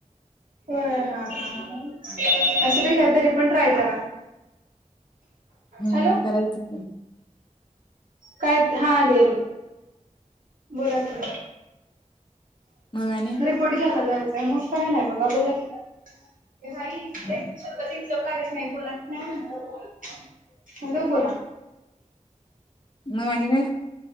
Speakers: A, on the right; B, on the left.
A: हो हा हा हा. तरी पण ट्राय करा.
B: हम्म
A: हॅलो
B: करायचंच की.
A: काय हा आले आले बोला की,
B: मग आणि
A: रिपोर्ट घ्यायला जायचंय. मग काय नाही बघा बोला की, ये बाई एकतर हिशोब लागत नाही, बोला की नाही, नंतर बोल. हॅलो बोला. <inaudible>
B: मग आणि काय